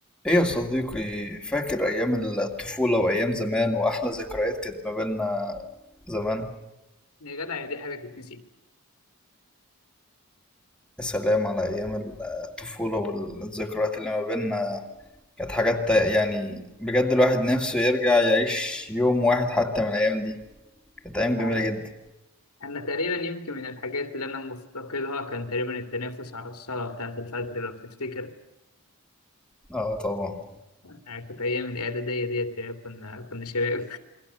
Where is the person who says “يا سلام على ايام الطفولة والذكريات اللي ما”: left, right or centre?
Centre